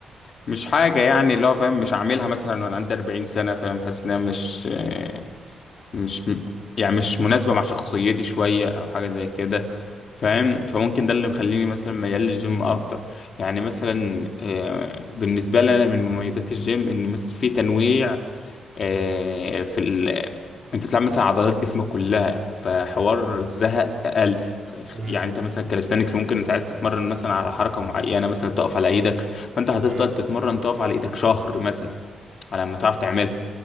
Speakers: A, on the left; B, on the right.
A: مش حاجه يعني اللي هو فاهم مش عاملها مثلا وانا عندي 40 سنه فاهم حاسس انها مش آه، مش م- يعني مش مناسبه مع شخصيتي شويه او حاجه زي كده فاهم فممكن ده اللي مخليني مثلا ميال للجيم اكتر يعني مثلا آه، بالنسبه لي انا من مميزات الجيم ان مثلا في تنويع آه، في ال... انت بتلعب مثلا عضلات جسمك كلها فحوار الزهق اقل
B: امم
A: يعني
B: امم،
A: انت مثلا كاليستانكس ممكن انت عايز تتمرن مثلا على حركه معينه مثلا تقف على ايدك فانت هتفضل
B: امم.
A: تتمرن تقف على ايدك شهر مثلا على ما تعرف تعملها